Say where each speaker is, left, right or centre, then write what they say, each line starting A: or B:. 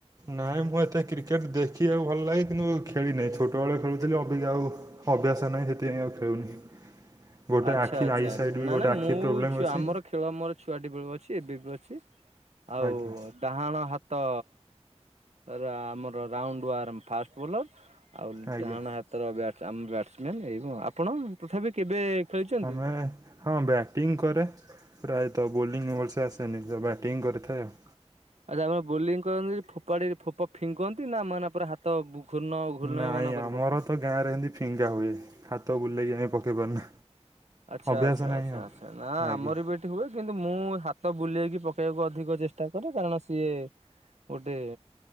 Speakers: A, on the right; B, on the right.
A: ନାଇଁ ମୁଁ ଏତେ କ୍ରିକେଟ୍ ଦେଖିବାକୁ ଭଲ୍ ଲାଗେ କିନ୍ତୁ ଛୋଟବେଳେ ଖେଳୁଥିଲି ଅଵିକା ଆଉ ଅଭ୍ୟାସ ନାହିଁ, ସେଥିପାଇଁ ଆଉ ଖେଳୁନି। ଗୋଟେ
B: ଆଚ୍ଛା-ଆଚ୍ଛା-ଆଚ୍ଛା
A: ଆଖି ଆଇ ସାଇଟ୍ ବି
B: ନା-ନା
A: ଗୋଟେ ଆଖି
B: ମୁଁ
A: ପ୍ରୋବ୍ଲେମ୍
B: ଛୁଆ
A: ଅଛି।
B: ଆମର ଖେଳ ମୋର ଛୁଆଟି ବେଳୁ ଅଛି, ଏବେ ବି ଅଛି ଆଉ
A: ଆଜ୍ଞା
B: ଡାହାଣ ହାତ ରା ଆମର ରାଉଣ୍ଡ ଆର୍ମ ଫାଷ୍ଟ ବୋଲର୍ ଆଉ
A: ଆଜ୍ଞା
B: ଡାହାଣ ହାତର ବ୍ୟାଟ୍ ଆମ ବ୍ୟାଟ୍ସମ୍ୟାନ୍ଏବଂ ଆପଣ ତଥାପି କେବେ? ଖେଳିଛନ୍ତି?
A: ଆମେ ହଁ ବ୍ୟାଟିଂ କରେ, ପ୍ରାୟତଃ ବୋଲିଂ ଭଲସେ ଆସେନି ତ ବ୍ୟାଟିଙ୍ଗ କରିଥାଏ ଆଉ।
B: ଆଜା ଆପର ବୋଲିଂ କରନ୍ତି ଫୋପାଡ଼ିକି ଫୋପ ଫିଙ୍କନ୍ତି ନାଁ ମାନେ ପୁରା ହା ତ ବୁ ଘୂର୍ଣ୍ଣ ଘୂର୍ଣ୍ଣୟମାନ
A: ନାଇଁ
B: କରି
A: ଆମର
B: ପକାନ୍ତି?
A: ତ ଗାଁରେ ଏମିତି ଫିଙ୍ଗା ହୁଏ। ହାତ ବୁଲେଇକି ଆମେ ପକେଇ ପାରୁନା।
B: ଛା
A: ଅଭ୍ୟାସ
B: ଆଚ୍ଛା
A: ନାହିଁ
B: ଆଚ୍ଛା
A: ଆଉ।
B: ଆଚ୍ଛା ନାଁ ଆମର
A: ଆଜ୍ଞା
B: ବି ମିଟି ହୁଏ କିନ୍ତୁ ମୁଁ ହାତ ବୁଲେଇକି ପକେଇବାକୁ ଅଧିକ ଚେଷ୍ଟା କରେ କାରଣ ସିଏ ଗୋଟେ